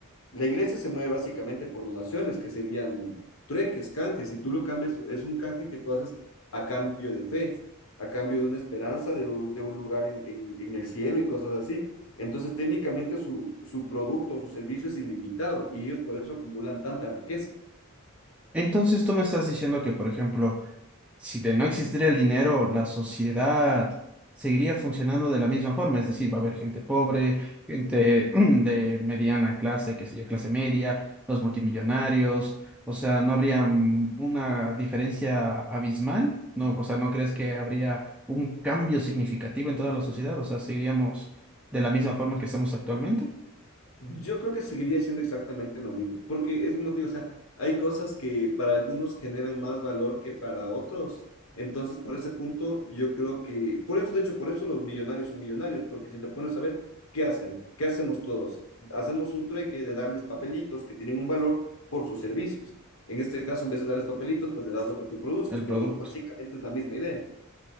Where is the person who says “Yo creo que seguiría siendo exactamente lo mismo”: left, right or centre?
Left